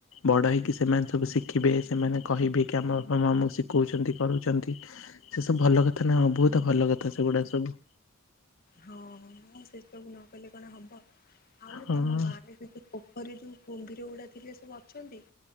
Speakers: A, on the left; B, on the left.
A: ବଡ ହେଇକି ସେମାନେ ସବୁ ଶିଖିବେ ସେମାନେ କହିବେ କି ଆମ ବାପା ମା ଆମକୁ ଶିଖଉଚନ୍ତି କରୁଚନ୍ତି। ସେ ସବୁ ଭଲ କଥା ନା ବହୁତ୍ ଭଲ କଥା ସେଗୁଡା ସବୁ।
B: ହଁ ହଁ ସେସବୁ ନକଲେ କଣ ହବ। ଆଉ
A: ହଁ।
B: ତମ ଗାଁରେ ଯଦିପୋ ପୋଖରିରୁ କୁମ୍ଭୀର ଗୁଡା ଥିଲେ ସବୁ ଅଛନ୍ତି?